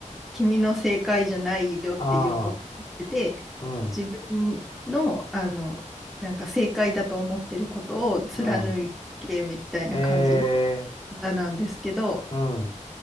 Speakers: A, in the centre; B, on the left.
A: 君の正解じゃないよっていうこと
B: あ
A: で
B: あ、うん、
A: 自分の、あの、なんか正解だと思ってることを貫けみたいな感じの
B: うん。ええ
A: 歌なんですけど、
B: うん。